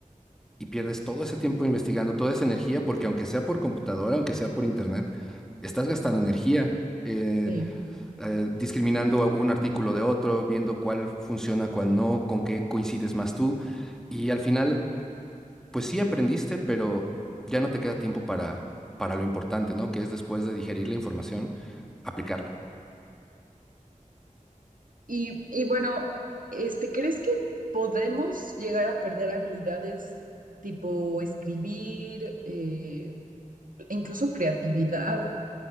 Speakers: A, in the centre; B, on the right.
A: y pierdes todo ese tiempo investigando, toda esa energía, porque aunque sea por computadora, aunque sea por internet, estás gastando energía, eh,
B: Sí.
A: eh, discriminando a un artículo de otro, viendo cuál funciona, cuál no, con qué coincides más tú. Y al final, pues sí aprendiste, pero ya no te queda tiempo para, para lo importante, ¿no? Que es después de digerir la información, aplicarla.
B: Y, y bueno, este, ¿crees que podemos llegar a perder habilidades tipo escribir, eh, incluso creatividad